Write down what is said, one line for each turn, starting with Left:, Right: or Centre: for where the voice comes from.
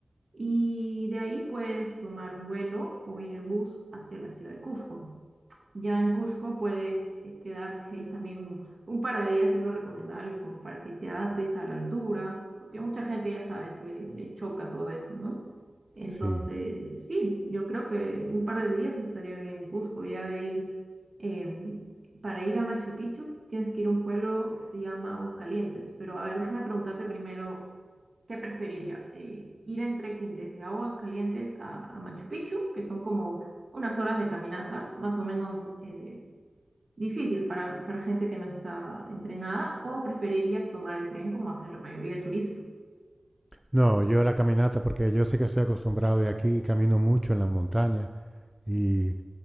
Right: Y de ahí puedes tomar un vuelo o ir en bus hacia la ciudad de Cusco. Ya en Cusco puedes eh, quedarte ahí también un, un par de días, es lo recomendable, como para que te adaptes a la altura, porque a mucha gente, ya sabes, le, le choca todo eso, ¿no? Entonces,
Centre: Sí.
Right: eh, sí, yo creo que un par de días estaría bien en Cusco. Ya de ahí, em, para ir a Machu Picchu, tienes que ir a un pueblo que se llama Aguascalientes. Pero a ver, déjame preguntarte primero, ¿qué preferirías? Eh, ¿ir en trekking desde Aguascalientes a, a Machu Picchu, que son como unas horas de caminata, más o menos eh, difícil para, para gente que no está entrenada, o preferirías tomar el tren como hacen la mayoría de turistas.
Centre: No, yo la caminata porque yo sí que estoy acostumbrado y aquí camino mucho en la montaña y